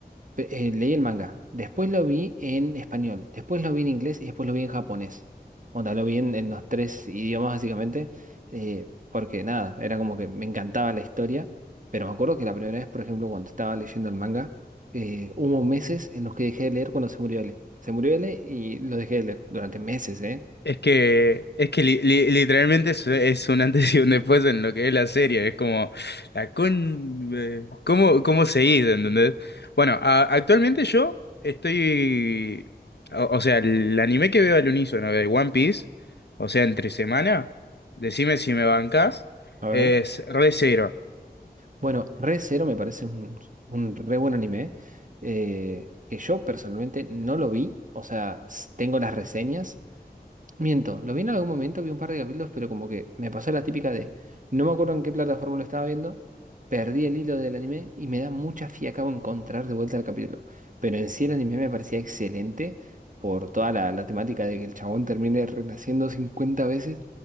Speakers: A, on the right (about 50°); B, on the left (about 80°).
A: pe- eh, leí el manga, después lo vi en español, después lo vi en inglés y después lo vi en japonés. Onda, lo vi en, en los tres idiomas básicamente, eh, porque nada, era como que me encantaba la historia, pero me acuerdo que la primera vez, por ejemplo, cuando estaba leyendo el manga, eh, hubo meses en los que dejé de leer cuando se murió L. Se murió L y lo dejé de leer durante meses, ¿eh?
B: Es que, es que li- li- literalmente es, es un antes y un después en lo que es la serie. Es como, la con... eh, ¿Cómo, cómo seguís, entendés? Bueno, a- actualmente yo estoy... O, o sea, el anime que veo al unísono de One Piece, o sea, entre semana, decime si me bancás,
A: A ver.
B: es re Re:Zero.
A: Bueno, Re Zero me parece un, un re buen anime, eh, que yo personalmente no lo vi, o sea, s- tengo las reseñas. Miento, lo vi en algún momento, vi un par de capítulos, pero como que me pasó la típica de no me acuerdo en qué plataforma lo estaba viendo, perdí el hilo del anime y me da mucha fiaca encontrar de vuelta el capítulo. Pero en sí el anime me parecía excelente por toda la, la temática de que el chabón termine renaciendo 50 veces